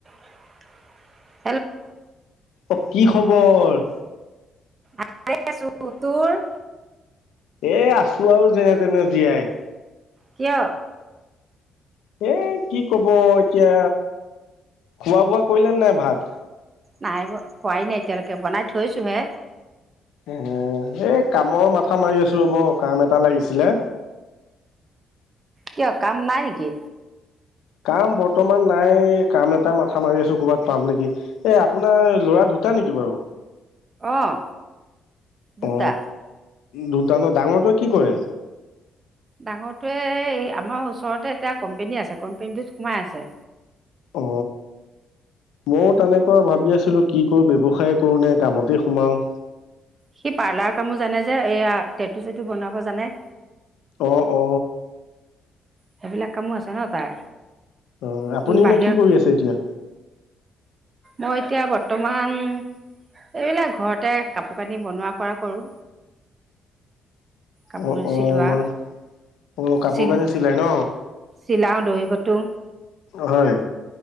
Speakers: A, on the right; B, on the left.
A: <unintelligible>
B: অ কি খবৰ? ওপৰ!
A: ভাত খাই আছো। তোৰ?
B: এঁ! আছো আৰু যেনে তেনে জীয়াই।
A: কিয়?
B: এঁ! কি কব এতিয়া, খোৱা বোৱা কৰিলে নাই ভাত।
A: নাই! খোৱাই নাই এতিয়ালৈকে বনাই থৈছোহে।
B: উম এই কামৰ মাথা মাৰি আছো ৰ'ব, কাম এটা লাগিছিলে।
A: কিয় কাম নাই নেকি?
B: কাম বৰ্তমান নাই! কাম এটা মাথা মাৰি আছো ক'বাত পাম নেকি এ আপোনাৰ লৰা দুটা নেকি বাৰু?
A: অঁ দুটা।
B: অ দুটা ন, ডাঙৰটোৱে কি কৰে?
A: ডাঙৰটোৱে আমাৰ ওচৰতে এতিয়া কোম্পেনী আছে কোম্পনী, তোত সোমাই আছে।
B: অ ময়ো তেনেকুৱা ভাবি আছিলো, কি কৰো ব্যৱসায় কৰো নে কামতে সোমাও।
A: সি পাৰ্লাৰ কামো জানে যে, এইয়া টেটু চেটু বনাব জানে।
B: অ অ
A: সেইবিলাক কামো আছে ন তাৰ।
B: অ আপুনি
A: সি
B: এনে
A: বাহিৰৰ
B: কি কৰি আছে এতিয়া?
A: মই এতিয়া বৰ্তমান,। এইবিলাক ঘৰতে কাপোৰ কানি বনোৱা কৰা কৰোঁ কাপোৰ
B: অ অ
A: চিলোৱা
B: মানে অ', কাপোৰ
A: চিলো
B: কানি চিলাই ন
A: চিলাওঁ দহি বাটো।
B: হয়।